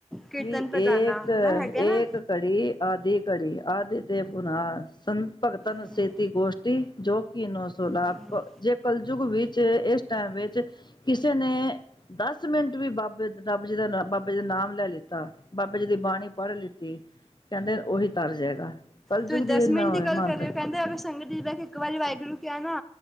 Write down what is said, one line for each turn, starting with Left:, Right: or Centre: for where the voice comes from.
Centre: ਕੀਰਤਨ
Left: ਵੀ
Centre: ਪ੍ਰਧਾਨਾ
Left: ਏਕ-ਏਕ
Centre: ਹਨਾ ਹੈਗਾ ਨਾ,
Left: ਘੜੀ ਆਦਿ ਘੜੀ ਆਦਿ ਤੇ ਪੁੰਨ-ਸੰਨ ਭਗਤਨ
Centre: ਹੂੰ,
Left: ਸੇਤੀ ਗੋਸ਼ਟੀ ਜੋ ਕਿ ਨੋ ਸੌ ਲਾਭ
Centre: ਹੂੰ।
Left: ਜੇ, ਕਲਯੁਗ ਵਿੱਚ ਇਸ ਟਾਈਮ ਵਿਚ ਚ ਨੇ ਦਸ ਮਿੰਟ ਵੀ ਬਾਬੇ ਰੱਬ ਜੀ, ਦਾ ਬਾਬੇ ਜੀ ਦਾ ਨਾਮ ਲੈ ਲਿੱਤਾ ਬਾਬੇ ਜੀ ਦੀ ਬਾਣੀ ਪੜ੍ਹ ਲਿੱਤੀ, ਕਹਿੰਦੇ ਉਹੀ ਤਰ ਜਾਏਗਾ। ਕਲਯੁੱਗ
Centre: ਤੁਸੀਂ ਦਸ
Left: ਦੀ ਨਾ
Centre: ਮਿੰਟ
Left: ਹੋਏ
Centre: ਹੀ ਗੱਲ
Left: ਮਹਾਨਤਾ
Centre: ਕਰ ਰਹੇ ਹੋ, ਕਹਿੰਦੇ ਅਗਰ ਸੰਗਤ ਵਿੱਚ ਬਹਿ ਕੇ ਇਕ ਵਾਰੀ ਵਾਹਿਗੁਰੂ ਕਿਹਾ ਨਾ